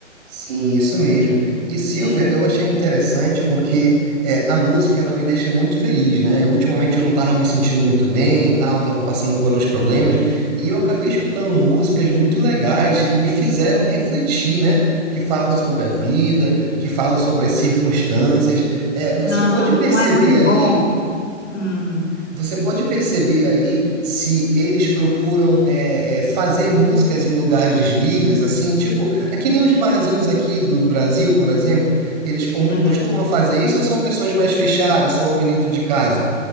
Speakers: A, on the right; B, on the left.
A: Sim, isso mesmo. E Silvia,
B: É.
A: eu achei interessante porque é, a música ela me deixa muito feliz, né? Ultimamente eu não estava me sentindo muito bem e tal, estava passando por uns problemas, e eu acabei escutando músicas muito legais que me fizeram refletir, né? Que falam sobre a vida, que falam sobre as circunstâncias. É, você
B: Não,
A: pode perceber
B: não é muito
A: aí
B: bom. Hum,
A: você pode perceber aí se eles procuram eh, eh, fazer músicas em lugares livres, assim, tipo, é que nem os barzinhos aqui do Brasil, por exemplo, eles comu-
B: é.
A: costumam fazer isso ou são pessoas mais fechadas, só ouvem dentro de casa?